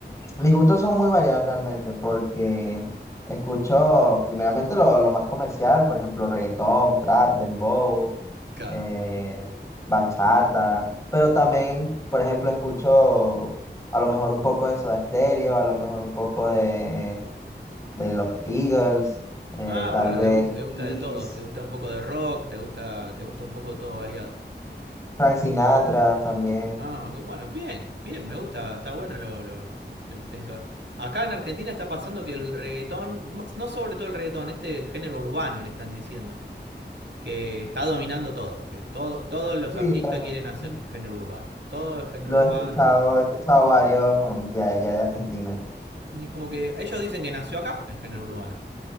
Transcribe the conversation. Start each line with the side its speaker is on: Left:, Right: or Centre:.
Left: Mis gustos son muy variados realmente porque escucho primeramente lo, lo más comercial, por ejemplo, reggaetón, trap, dembow,
Right: Claro.
Left: eh, bachata, pero también, por ejemplo, escucho a lo mejor un poco de Soda Stereo, a lo mejor un poco de, de los Eagles, eh,
Right: Ah,
Left: tal
Right: bueno,
Left: vez
Right: te gusta, te gusta
Left: Kiss,
Right: de todo. Te gusta un poco de rock, te gusta, te gusta un poco todo variado.
Left: Frank Sinatra también.
Right: Ah, ok, bueno, bien, bien, me gusta, está bueno lo, lo- el- eso. Acá en Argentina está pasando que el reggaetón, no- no sobre todo el reggaetón, este género urbano le están diciendo, que está dominando todo, que todo, todos los
Left: Sí,
Right: artistas
Left: también.
Right: quieren hacer género urbano. Todo es género
Left: Lo
Right: urbano,
Left: he escuchado,
Right: género urbano.
Left: he escuchado varios um, de allá de Argentina.
Right: Y como que ellos dicen que nació acá el género urbano.